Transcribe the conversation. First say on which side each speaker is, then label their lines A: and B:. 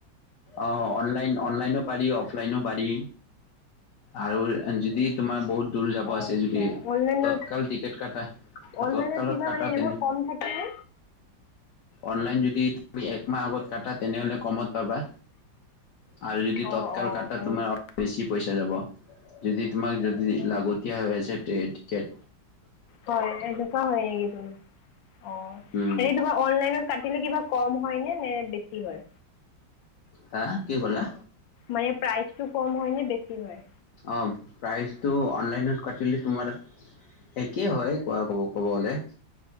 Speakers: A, on the left; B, on the left.
A: অ' অনলাইনও পাৰি অফ লাইনো পাৰি। আৰু যদি তোমাৰ বহুত দূৰ যাব
B: অ
A: আছে
B: আচ্ছা
A: যদি
B: অনলাইনত
A: তৎকাল টিকেট কাটা।
B: অনলাইনত
A: তৎকালত
B: কিবা
A: কাটা
B: মানে এনেকুৱা
A: তেনে
B: কম থাকে নে
A: অনলাইন যদি তুমি একমাহ আগত কাটা তেনেহলে কমত পাবা। আৰু যদি
B: অ
A: তৎকাল
B: অ
A: কাটা
B: হয়
A: তোমাৰ
B: নেকি
A: বেছি পইচা যাব। যদি তোমাক যদি লাগতিয়া
B: অ
A: হৈ আছে টি-টিকেট
B: হয়, এনেকোৱা হয়। এনে কি তুমি অহ,
A: উম
B: হেৰি ধৰা অনলাইনত কাটিলে কিবা কম হয় নে বেছি হয়?
A: হা, কি কলা?
B: মানে প্ৰাইচটো কম হয় নে বেছি হয়?
A: অহ প্ৰাইচটো অনলাইনত কাটিলে তোমাৰ একেই হয় কোৱা ক'ব গলে